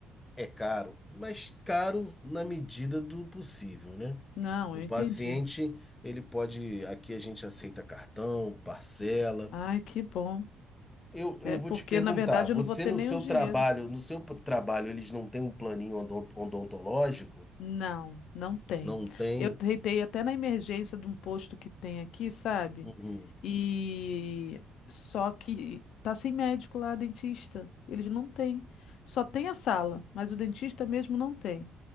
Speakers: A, on the left (about 15°); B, on the left (about 75°).
A: É caro, mas caro na medida do possível, né?
B: Não,
A: O
B: eu
A: paciente,
B: entendi.
A: ele pode. Aqui a gente aceita cartão, parcela.
B: Ai, que bom.
A: Eu,
B: É
A: eu
B: porque,
A: vou te perguntar,
B: na verdade,
A: você
B: eu não vou ter
A: no
B: nenhum
A: seu
B: dinheiro.
A: trabalho, no seu p- trabalho, eles não têm um planinho odon- odontológico?
B: Não, não tem.
A: Não tem?
B: Eu tentei até na emergência de um posto que tem aqui, sabe?
A: Uhum.
B: E só que tá sem médico lá, dentista. Eles não têm. Só tem a sala, mas o dentista mesmo não tem.